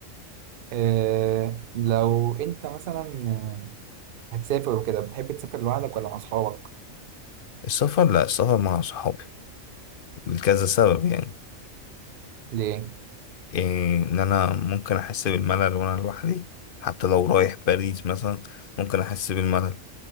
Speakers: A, on the right; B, on the left.
A: آه لو انت مثلا آه، هتسافر وكده بتحب تسافر لوحدك ولا مع اصحابك
B: السفر لا السفر مع صحابي لكذا سبب يعني
A: ليه
B: إيه ان انا ممكن احس بالملل وانا لوحدي حتى لو رايح باريس مثلا ممكن احس بالملل